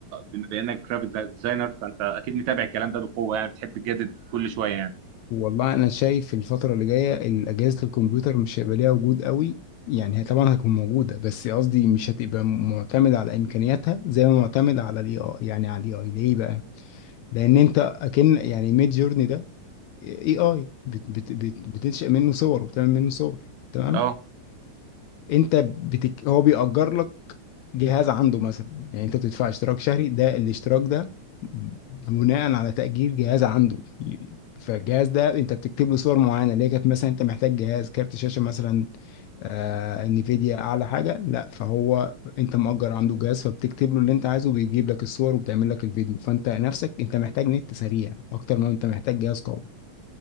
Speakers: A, on the right; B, on the left.
A: بما انك جرافيك ديزاينر فانت اكيد متابع الكلام ده بقوه يعني بتحب تجدد كل شويه يعني
B: والله انا شايف الفترة اللي جاية أجهزة الكمبيوتر مش هيبقى ليها وجود قوي يعني هي طبعا هتكون موجودة بس قصدي مش هتبقى معتمد على إمكانياتها زي ما معتمد على الاي اي يعني على الاي اي ليه بقى؟ لأن أنت أكن يعني ميد جورني ده اي اي بت بت بت بتنشئ منه صور وبتعمل منه صور تمام
A: اه
B: انت بتك... هو بيأجر لك جهاز عنده مثلا يعني انت بتدفع اشتراك شهري ده الاشتراك ده بناء على تأجير جهاز عنده فالجهاز ده انت بتكتب له صور معينه اللي هي كانت مثلا انت محتاج جهاز كارت شاشه مثلا آه انفيديا اعلى حاجه لا فهو انت مأجر عنده جهاز فبتكتب له اللي انت عايزه بيجيب لك الصور وبتعمل لك الفيديو فانت نفسك انت محتاج نت سريع اكتر ما انت محتاج جهاز قوي